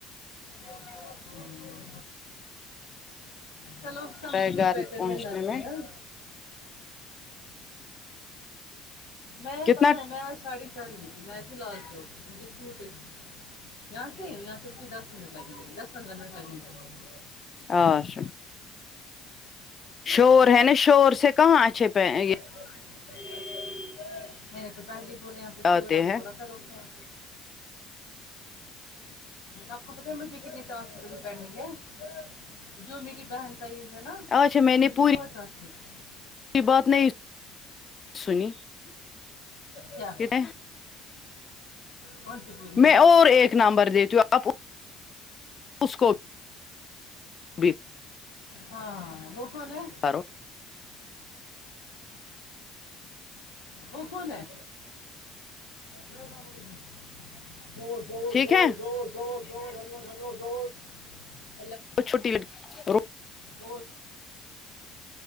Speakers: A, on the left; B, on the left.
A: امم چالو سمتھینگ
B: ہے گھر
A: اس بیٹر
B: پہنچنے
A: دین ناتھینگ
B: میں
A: ہاں میں
B: کتنا
A: پتہ ہے میں آج ساڑی چاہ رہی تھی میں تھی لال چوک مجھے سوٹ ہے یہاں سے یہاں سے مجھے دس منٹ لگیں گے دس پندرہ منٹ لگیں گے
B: آ شو شور ہے نا شور سے کہاں اچھے پہ یہ
A: نہیں میں نے تو پہلے بولے یہ پہ
B: آتے
A: شور ابھی
B: ہیں
A: بولا تھا روکا آپ کو پتہ ہے مجھے کتنی ٹاسک پینڈنگ ہے جو میری بہن صحیح ہے نا
B: اچھا
A: اس میں
B: نے
A: مجھے
B: پوری
A: بہت ٹاسک ہے
B: کی بات نہیں سنی
A: کیا
B: ٹھیک ہے
A: کون سی پوری
B: میں
A: بہت
B: اور ایک نمبر دیتی ہوں آپکو اس کو بھی بی
A: ہاں وہ کون ہے
B: کرو
A: وہ کون ہے دور دور
B: ٹھیک
A: دور
B: ہے
A: دور دوت دوت ہ وہ ہڈ دوت <unintelligible>
B: کو چھوٹی کرو
A: <unintelligible>